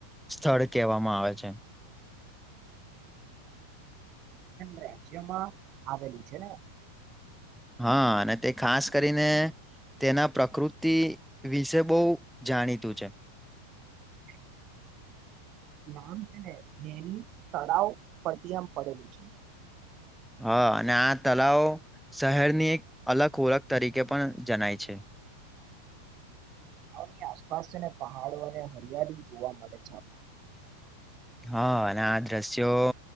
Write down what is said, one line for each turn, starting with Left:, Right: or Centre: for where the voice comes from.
Centre: સ્થળ, કહેવામાં આવે છે.
Right: રાજ્યમાં, આવેલું છેને.
Centre: હા, અને તે ખાસ કરીને તેના પ્રકૃતિ વિશે બહુ, જાણીતું છે.
Right: બ ના છેનેની, તળાવ પ્રથી આમ પડેલું છે.
Centre: હા, અને આ તલાવ શહેરની, એક અલગ ઓળખ તરીકે પણ જણાય છે.
Right: હ ની આસપાસ અને પહાડો, અને હરિયાળી જોવા મળે છે.
Centre: હા, અને આ દ્રશ્યો